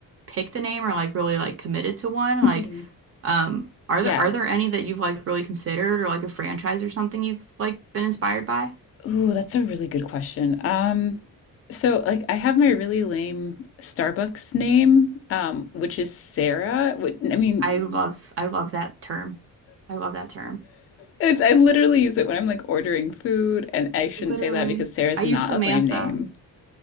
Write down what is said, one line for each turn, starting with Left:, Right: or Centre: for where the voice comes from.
Right: picked a name or like really like committed to one.
Left: Mhm.
Right: Like, um, are
Left: Yeah.
Right: there are there any that you've like really considered or like a franchise or something you've like been inspired by?
Left: Ooh, that's a really good question. Um, so like I have my really lame Starbucks name, um, which is Sarah. Wh- I mean,
Right: I love I love that term. I love that term.
Left: It's I literally use it when I'm like ordering food, and I shouldn't
Right: Literally.
Left: say that because Sarah's
Right: I
Left: not
Right: use Samantha
Left: a lame name.